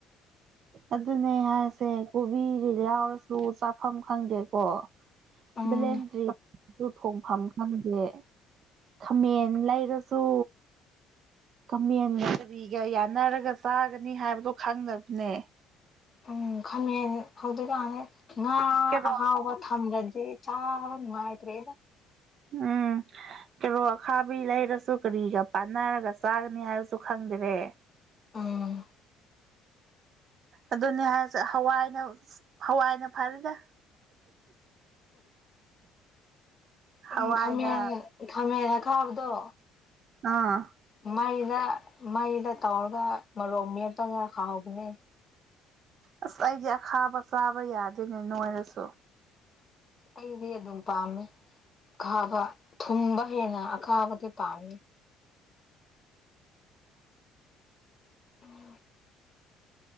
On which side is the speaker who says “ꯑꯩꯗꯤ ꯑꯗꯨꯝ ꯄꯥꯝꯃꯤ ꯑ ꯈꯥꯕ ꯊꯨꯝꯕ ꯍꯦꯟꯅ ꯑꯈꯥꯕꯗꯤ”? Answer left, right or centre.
Left